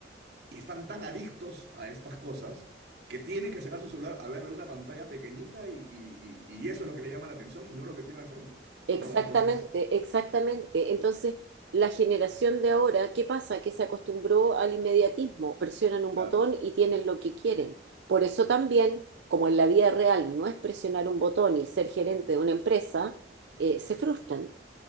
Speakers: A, on the right; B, on the right.
A: y están tan adictos a estas cosas que tienen que sacar su celular a verla en una pantalla pequeñita y, y- y- y eso es lo que le llama la atención y no lo que tiene al frente,
B: Exactamente,
A: ¿no? Entonces,
B: exactamente. Entonces, la generación de ahora, ¿qué pasa? Que se acostumbró al inmediatismo, presionan un
A: claro,
B: botón y tienen lo que quieren.
A: sí,
B: Por eso también, como en la vida real no es presionar un botón y ser gerente
A: sí,
B: de una empresa,
A: tal
B: eh,
A: cual.
B: se frustran.